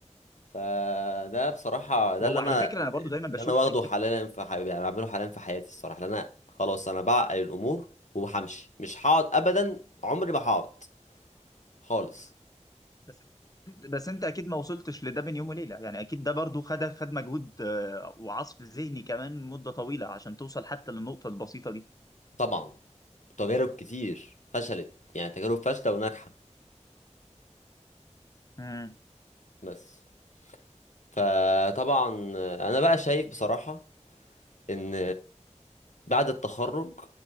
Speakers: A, on the left; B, on the left.
A: فده بصراحة ده
B: وعلى
A: اللي انا
B: فكره انا برضو دايما بشوف
A: اللي انا واخده
B: حته
A: حاليا في حبيبي يعني بعمله حاليا في حياتي الصراحة لأن انا خلاص انا بعقل الامور وبهمشي مش هقعد ابدا عمري ما هقعد خالص
B: بس بس انت اكيد ما وصلتش لده بين يوم وليله يعني اكيد ده برضو خد خد مجهود آه، وعصف ذهني كمان مده طويله عشان توصل حتى للنقطه البسيطه دي
A: طبعا تجارب كتير فشلت يعني تجارب فاشلة وناجحة
B: امم
A: بس فطبعا انا بقى شايف بصراحة ان بعد التخرج